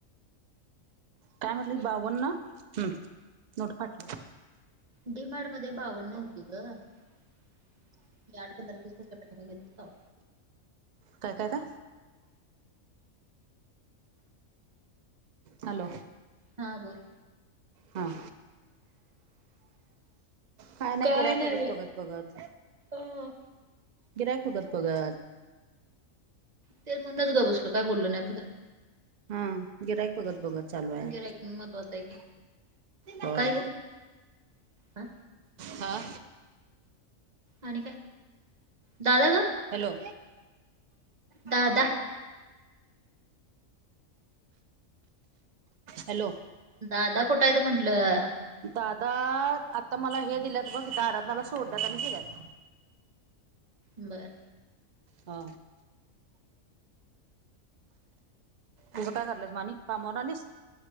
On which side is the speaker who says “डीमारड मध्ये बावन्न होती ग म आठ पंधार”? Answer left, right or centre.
Right